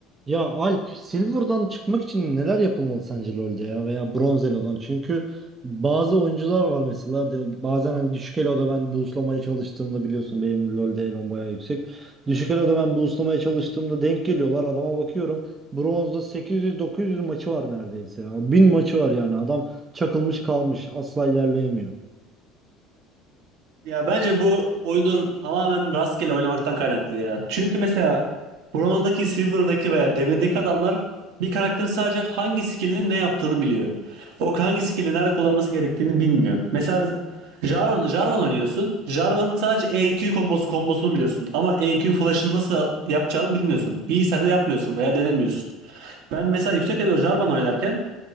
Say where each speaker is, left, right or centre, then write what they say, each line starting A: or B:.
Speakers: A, on the right; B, on the right.
A: Ya Alp, Silver'dan çıkmak için neler yapılmalı sence LoL'de ya veya Bronz Elo'dan? Çünkü bazı oyuncular var mesela de, bazen hani düşük Elo'da ben boostlamaya çalıştığımda biliyorsun benim LoL'de Elo'm bayağı yüksek. Düşük Elo'da ben boostlamaya çalıştığımda denk geliyorlar adama bakıyorum. Bronz'da 800-900 maçı var neredeyse ya. 1000 maçı var yani adam çakılmış kalmış asla ilerleyemiyor.
B: Ya bence bu oyunu tamamen rastgele oynamaktan kaynaklı ya. Çünkü mesela bronzdaki, silver'daki veya demirdeki adamlar bir karakterin sadece hangi skillini ne yaptığını biliyor. O hangi skilli nerede kullanması gerektiğini bilmiyor. Mesela Jarvan, Jarvan oynuyorsun. Jarvan'ın sadece EQ kombosu, kombosunu biliyorsun. Ama EQ flash'ını nasıl yapacağını bilmiyorsun. İyi sen de yapmıyorsun veya denemiyorsun. Ben mesela yüksek elo Jarvan oynarken